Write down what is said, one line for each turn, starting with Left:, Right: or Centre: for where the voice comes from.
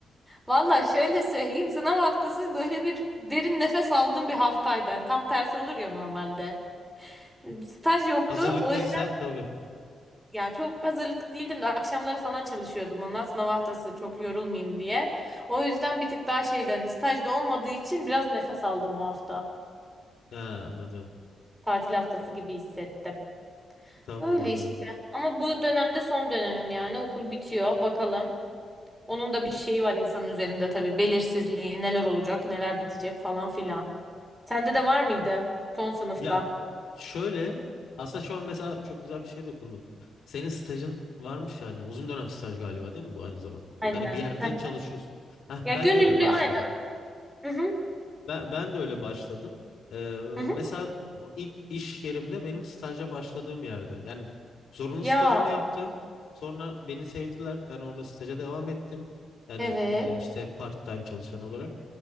Centre: Valla şöyle söyleyeyim, sınav haftası böyle bir derin nefes aldığım bir haftaydı. Yani tam tersi olur ya normalde. Staj yoktu,
Left: Hazırlıklıysan
Centre: o yüzden
Left: tabii.
Centre: ya çok hazırlıklı değildim de akşamları falan çalışıyordum ondan sınav haftası çok yorulmayayım diye. O yüzden bir tık daha şeyden stajda olmadığı için biraz nefes aldım o hafta.
Left: Ha, anladım.
Centre: Tatil haftası gibi hissettim.
Left: Tamam
Centre: Öyle
Left: anladım.
Centre: işte. Ama bu dönemde son dönemim yani. Okul bitiyor. Bakalım. Onun da bir şeyi var insanın üzerinde tabii. Belirsizliği, neler olacak, neler bitecek falan filan. Sende de var mıydı son sınıfta?
Left: Ya şöyle aslında şu an mesela çok güzel bir şey dokundun. Senin stajın varmış yani uzun dönem staj galiba değil mi bu aynı zamanda?
Centre: Aynen.
Left: Hani bir yerde
Centre: Heh.
Left: çalışıyorsun. Heh,
Centre: Ya
Left: ben
Centre: gönüllü
Left: de öyle başladım.
Centre: aynen. Hı hı.
Left: Ben, ben de öyle başladım. Ee,
Centre: Hı hı.
Left: mesela o ilk iş yerimde benim staja başladığım yerde. Yani zorunlu
Centre: Ya
Left: stajımı yaptım. Sonra beni sevdiler. Ben orada staja devam ettim. Yani
Centre: evet.
Left: e, işte part time çalışan olarak.